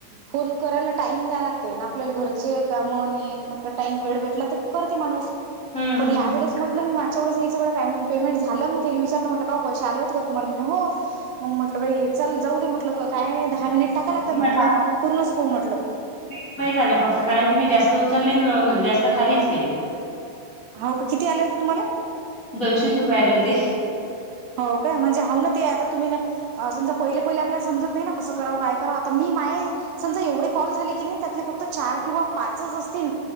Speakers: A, on the right (about 80°); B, on the left (about 45°).
A: फोन करायला टाइम द्याव लागतय. आपल्या घरचे काम येन म्हटल टाईम वेळ भेट - टल तर करते माणूस.
B: हम्म
A: पण
B: हम्म
A: या
B: हम्म.
A: वेळेस म्हटलं मी मा स पेमेंट झालं मी विचारलं. म्हटलं का पैसे आले होते का तुम्हाला? म्हणे हो मग म्हटलं बाई चल जाऊ दे म्हटलं का काय दहा मिनिट टाका लागतात
B: मला
A: म्हटलं करूनच पाहू म्हटलं.
B: रुपये झाले फक्त कारण की मी जास्त उचलले न. जास्त खालीच गेले.
A: हाव का? किती आले होते तुम्हाले?
B: दोनशेच रुपये आले होते.
A: हो काय? म्हणजे हाव ना ते आता तुम्ही समजा पहिले पहिले आपल्याला समजत नाही ना कसं कराव काय करावं. आता मी माये समजा एवढे कॉल झाले कीणी त्यातले फक्त चार किंवा पाचच असतील